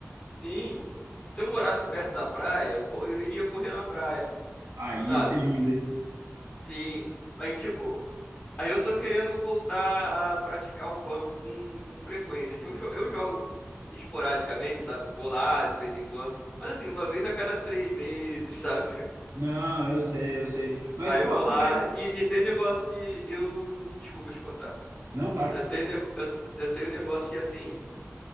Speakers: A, on the left (about 30°); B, on the right (about 70°).
A: Sim. Se eu morasse perto da praia, pô, eu iria correr na praia,
B: aí
A: sabe?
B: ia ser lindo, hein?
A: Sim. Aí, tipo, aí eu tô querendo voltar a praticar o pump com, com frequência. que Eu, jo- eu jogo esporadicamente, sabe? Vou lá de vez em quando. Mas assim, uma vez a cada três meses, <laughs> sabe?
B: Não, eu sei, eu sei. Mas,
A: Aí
B: pô,
A: eu vou
B: aproveita.
A: lá. E, e tem um negócio que eu não. Desculpa te cortar.
B: Não, claro.
A: Eu tenho, um nego- eu, eu tenho um negócio que, assim,